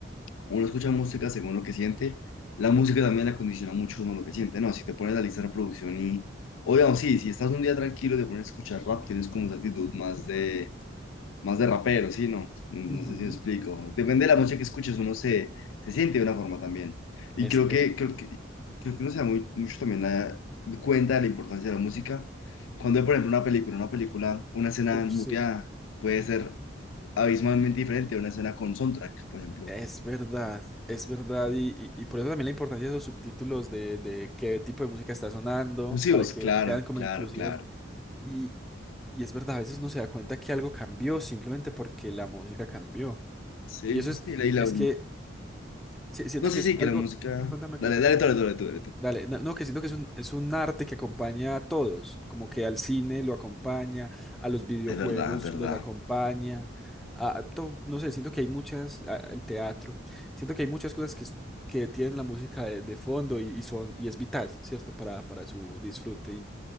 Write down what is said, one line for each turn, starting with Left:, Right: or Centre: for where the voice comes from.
Left: Uno escucha música según lo que siente. La música también la condiciona mucho uno lo que siente, ¿no? Si te pones la lista de reproducción y... O digamos, sí, si estás un día tranquilo y te pones a escuchar rap, tienes como esa actitud más de... Más de rapero, ¿sí? No, no, no
Centre: Ujú,
Left: sé si me explico. Depende de la música que escuches, uno se, se siente de una forma también. Y
Centre: Es,
Left: creo que,
Centre: es,
Left: creo que, creo que uno se da muy, mucho también la, cuenta de la importancia de la música. Cuando
Centre: ujú.
Left: ve, por ejemplo, una película, una película, una escena
Centre: Uf,
Left: muteada
Centre: sí,
Left: puede ser abismalmente diferente a una escena con soundtrack, por ejemplo.
Centre: Es verdad, es verdad, y, y- y por eso también la importancia de esos subtítulos de, de qué tipo de música está sonando,
Left: Inclusivos,
Centre: para que
Left: claro,
Centre: sean como
Left: claro,
Centre: inclusivos.
Left: claro.
Centre: Y, y es verdad, a veces uno se da cuenta que algo cambió simplemente porque la música cambió.
Left: Sí,
Centre: Y eso
Left: sí,
Centre: es,
Left: sí, leí la...
Centre: es que si- siento
Left: No, sí,
Centre: que es
Left: sí,
Centre: algo,
Left: que la música...
Centre: contame,
Left: Dale,
Centre: contame.
Left: dale, dale, dale, tú, dale tú.
Centre: Dale, no, no, que siento que es un, es un arte que acompaña a todos, como que al cine lo acompaña, a los videojuegos
Left: Es verdad, es verdad.
Centre: los acompaña, a, a to- no sé, siento que hay muchas, a- al teatro, siento que hay muchas cosas que, es- que tienen la música de, de fondo y, y son, y es vital, ¿cierto? Para, para su disfrute y